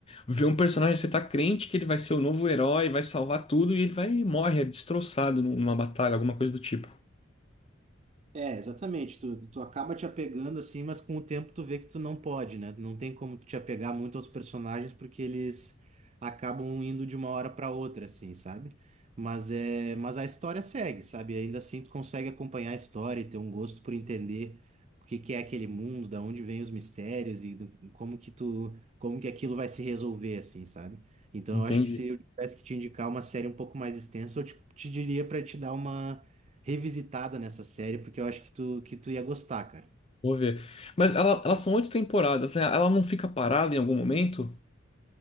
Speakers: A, on the left; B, on the right.
A: vê um personagem, você tá crente que ele vai ser o novo herói, vai salvar tudo, e ele vai e morre, é destroçado num- numa batalha, alguma coisa do tipo.
B: É, exatamente. Tu, tu acaba te apegando assim, mas com o tempo tu vê que tu não pode, né? Não tem como tu te apegar muito aos personagens porque eles acabam indo de uma hora para outra, assim, sabe? Mas é, mas a história segue, sabe? Ainda assim tu consegue acompanhar a história e ter um gosto por entender o que que é aquele mundo, da onde vêm os mistérios e do- como que tu, como que aquilo vai se resolver, assim, sabe? Então
A: Entende?
B: eu acho que se eu tivesse que te indicar uma série um pouco mais extensa, eu te, te diria para te dar uma revisitada nessa série, porque eu acho que tu, que tu ia gostar, cara.
A: Vou ver. Mas ela- elas são oito temporadas, né? Ela não fica parada em algum momento?